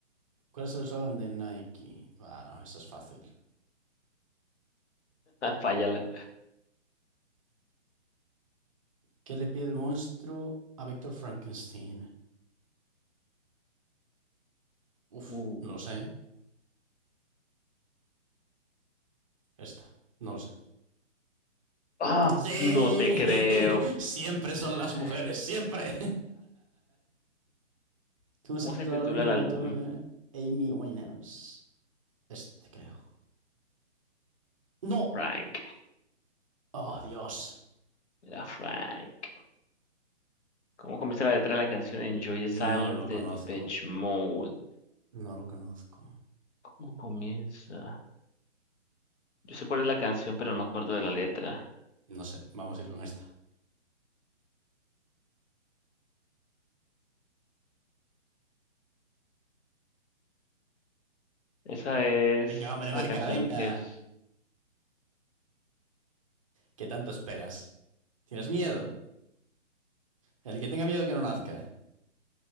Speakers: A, on the right (about 30°); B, on the left (about 65°).
A: ¿Cuál es el slogan de Nike? Bueno, eso es fácil.
B: Fállala.
A: ¿Qué le pide el monstruo a Víctor Frankenstein? Uf,
B: Uh,
A: no lo sé. ¿eh? Esta, no lo sé.
B: ah,
A: ¡Sí!
B: no te creo.
A: <laughs> Siempre son
B: <laughs>
A: las mujeres, siempre. <laughs> ¿Cómo se
B: ¿Cómo
A: titula
B: se titula
A: el álbum con
B: el álbum?
A: el de todo lo que... Amy Winehouse. Este, creo. ¡No!
B: Frank.
A: ¡Oh, Dios!
B: Era Frank. ¿Cómo comienza la letra de la canción Enjoy the Silence
A: No lo
B: de
A: conozco.
B: Depeche Mode?
A: No lo conozco.
B: ¿Cómo comienza? Yo sé cuál es la canción, pero no me acuerdo de la letra.
A: No sé, vamos a ir con esta.
B: Esa es,
A: Venga, hombre,
B: es
A: marca,
B: la canción
A: venga.
B: que es.
A: ¿Qué tanto esperas? ¿Tienes miedo? El que tenga miedo que no nazca.